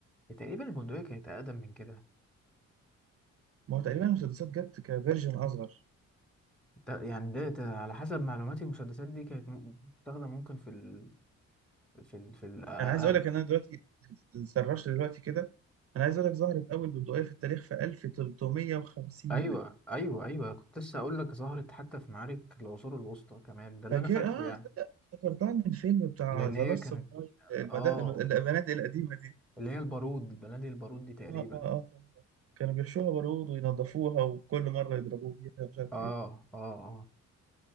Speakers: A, in the centre; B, on the right (about 50°).
A: تقريبا البندقيه كانت اقدم من كده
B: ما هو تقريبا المسدسات جت كفيرجن اصغر
A: ده يعني ده, ده على حسب معلوماتي المسدسات دي كانت م- بتستخدم ممكن في ال في ال في ال آه،
B: انا عايز اقول لك
A: آه،
B: ان انا دلوقتي سرشت دلوقتي كده انا عايز اقول لك ظهرت اول بندقيه في التاريخ في 1350
A: ايوه ايوه ايوه كنت لسه اقول لك ظهرت حتى في معارك العصور الوسطى كمان ده اللي
B: فاكر
A: انا فاكره
B: اه
A: يعني
B: تصدق افتكرتها من فيلم بتاع
A: لان
B: ذا
A: هي
B: لاست
A: كانت
B: ساموراي
A: اه
B: البنات القديمة دي
A: اللي هي البارود بلدي البارود دي تقريبا
B: اه اه اه صح صح كانوا بيحشوها برود وينضفوها وكل مرة يضربوه بيها مش عارف
A: اه
B: ايه
A: اه اه